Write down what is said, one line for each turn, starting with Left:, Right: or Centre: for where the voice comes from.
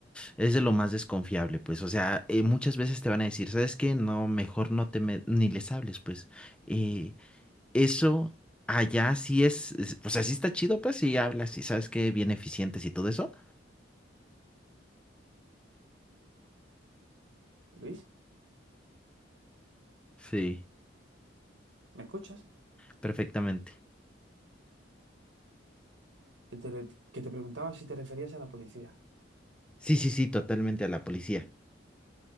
Centre: es de lo más desconfiable, pues, o sea, eh, muchas veces te van a decir, ¿sabes qué? No, mejor no te me- ni les hables, pues, eh, eso allá sí es, es- o sea, sí está chido, pues, si hablas y sabes que bien eficientes y todo eso.
Right: Luis,
Centre: Sí,
Right: ¿me escuchas?
Centre: perfectamente.
Right: Que te, que te preguntaba si te referías a la policía.
Centre: Sí, sí, sí, totalmente a la policía.